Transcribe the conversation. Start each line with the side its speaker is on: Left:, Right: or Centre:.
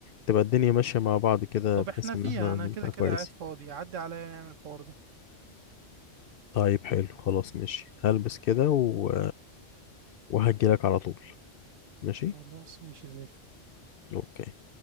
Left: تبقى الدنيا ماشيه مع بعض كده
Right: طب
Left: بحيث
Right: احنا
Left: ان
Right: فيها
Left: احنا
Right: انا
Left: نبقى
Right: كده كده
Left: كويس
Right: قاعد فاضي عدي عليا نعمل الحوار ده
Left: طيب حلو خلاص ماشي هلبس كده و... وهجي لك على طول ماشي
Right: خلاص ماشي زي الفل
Left: اوكي